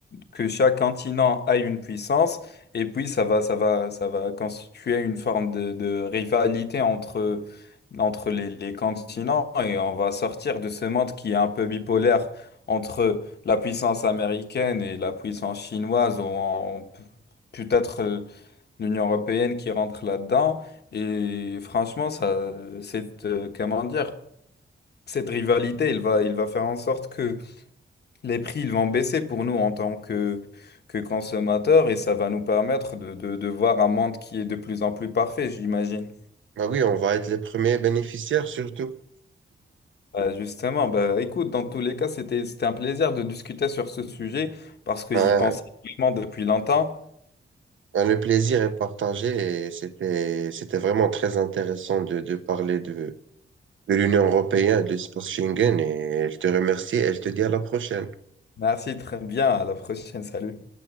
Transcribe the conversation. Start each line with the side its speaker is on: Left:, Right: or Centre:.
Left: que chaque continent ait une puissance, et puis ça va, ça va, ça va constituer une forme de, de rivalité entre, entre les, les continents, et on va sortir de ce monde qui est un peu bipolaire entre la puissance américaine et la puissance chinoise, ou en- peut-être euh, l'Union européenne qui rentre là-dedans, et franchement, ça, c'est, euh, comment dire, cette rivalité, il va, il va faire en sorte que les prix ils vont baisser pour nous en tant que, que consommateurs et ça va nous permettre de, de, de voir un monde qui est de plus en plus parfait, j'imagine.
Right: Ben oui, on va être les premiers bénéficiaires surtout.
Left: Euh, justement, bah, écoute, dans tous les cas, c'était, c'était un plaisir de discuter sur ce sujet parce que
Right: Ben,
Left: j'y pensais vraiment depuis longtemps.
Right: ben, le plaisir est partagé et c'était, c'était vraiment très intéressant de, de parler de, de l'Union européenne, de l'espace Schengen, et elle te remercie, elle te dit à la prochaine.
Left: Merci, très bien, à la prochaine, salut.